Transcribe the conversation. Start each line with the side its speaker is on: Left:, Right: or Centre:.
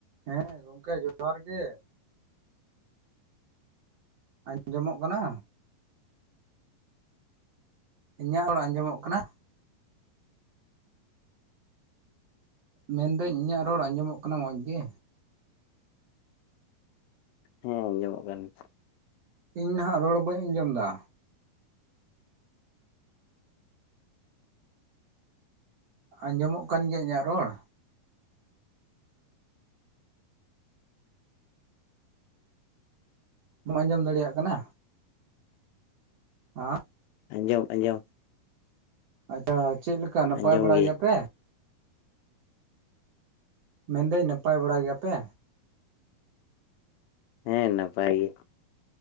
Right: ᱦᱮᱸ ᱜᱚᱝᱠᱮ ᱡᱚᱦᱟᱨ ᱜᱮ ᱟᱸᱡᱚᱢᱚᱜ ᱠᱟᱱᱟ? ᱤᱧᱟᱹᱜ ᱨᱚᱲ ᱟᱸᱡᱚᱢᱚᱜ ᱠᱟᱱᱟ ᱢᱮᱱ ᱫᱟᱹᱧ ᱤᱧᱟᱹᱜ ᱨᱚᱲ ᱟᱸᱡᱚᱢᱚᱜ ᱠᱟᱱᱟ ᱢᱚᱸᱡᱽ ᱜᱮ
Left: ᱦᱮᱸ ᱟᱸᱡᱚᱢᱚᱜ ᱠᱟᱱ ᱜᱮᱭᱟ᱾
Right: ᱤᱧ ᱱᱟᱦᱟᱜ ᱨᱚᱲ ᱵᱟᱹᱧ ᱟᱸᱡᱚᱢ ᱮᱫᱟ᱾ ᱟᱸᱡᱚᱢᱚᱜ ᱠᱟᱱ ᱜᱮᱭᱟ ᱤᱧᱟᱹᱜ ᱨᱚᱲ ᱵᱟᱢ ᱟᱸᱡᱚᱢ ᱫᱟᱲᱮᱭᱟᱜ ᱠᱟᱱᱟ <unintelligible>
Left: ᱟᱱᱡᱚᱢ ᱟᱱᱡᱚᱢ
Right: ᱟᱪᱪᱷᱟ ᱪᱮᱫ ᱞᱮᱠᱟ ᱱᱟᱯᱟᱭ
Left: ᱟᱸᱡᱚᱢ
Right: ᱵᱟᱲᱟ
Left: ᱜᱮ
Right: ᱜᱮᱭᱟᱯᱮ? ᱢᱮᱱᱫᱟᱹᱧ ᱱᱟᱯᱟᱭ ᱵᱟᱲᱟ ᱜᱮᱭᱟᱯᱮ?
Left: ᱦᱮᱸ ᱱᱟᱯᱟᱭ ᱜᱮ᱾